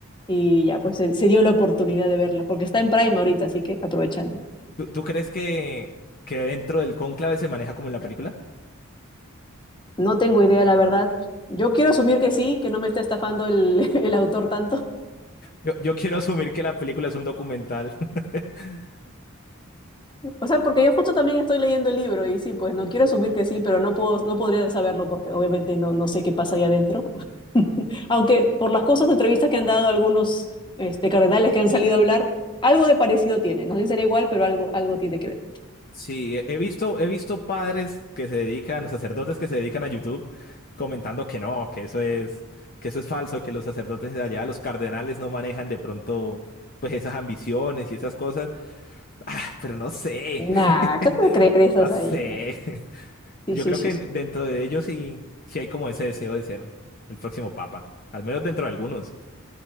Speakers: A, on the left; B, on the left.
A: y ya, pues se, se dio la oportunidad de verla, porque está en Prime ahorita, así que aprovechando.
B: ¿Tú, tú crees que, que dentro del cónclave se maneja como en la película?
A: No tengo idea, la verdad. Yo quiero asumir que sí, que no me está estafando el, <laughs> el autor tanto,
B: Yo, yo quiero asumir que la película es un documental. <laughs>
A: O sea, porque yo justo también estoy leyendo el libro y sí, pues no quiero asumir que sí, pero no puedo, no podría saberlo porque obviamente no, no sé qué pasa ahí adentro. <laughs> Aunque por las cosas, entrevistas que han dado algunos este, cardenales que han salido a hablar, algo de parecido tiene. No sé si será igual, pero algo, algo tiene que ver.
B: Sí, he he visto, he visto padres que se dedican, o sacerdotes que se dedican a YouTube, comentando que no, que eso es, que eso es falso, que los sacerdotes de allá, los cardenales no manejan de pronto, pues esas ambiciones y esas cosas. Ah, pero no sé,
A: Nah,
B: <laughs>
A: ¿qué te creer esas
B: no sé.
A: ahí ya? Sí,
B: Yo
A: sí,
B: creo
A: sí,
B: que
A: sí.
B: dentro de ellos sí, sí hay como ese deseo de ser el próximo papa. Al menos dentro de algunos.